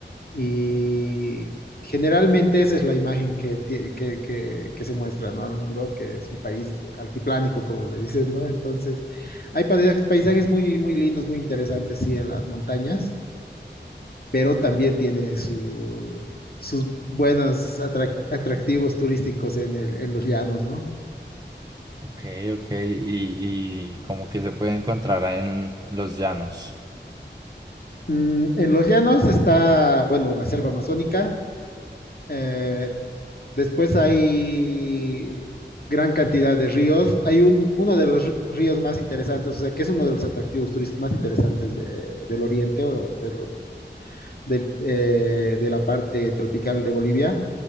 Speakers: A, on the left; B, on the right.
A: Y generalmente esa es la imagen que, ti- que, que- que se muestra, ¿no? al mundo, que es un país altiplánico, como le dicen, ¿no? Entonces, hay pais- paisajes muy, muy lindos, muy interesantes, sí, en las montañas, pero también tiene su- sus buenos atrac- atractivos turísticos en el- en los llanos, ¿no?
B: Ok, ok, y, y como que se puede encontrar en los llanos.
A: Mm, en los llanos está, bueno, la selva amazónica. eh, Después hay gran cantidad de ríos. Hay un, uno de los ríos más interesantes, o sea, que es uno de los atractivos turísticos más interesantes de, del oriente o del- del, eh, de la parte tropical de Bolivia.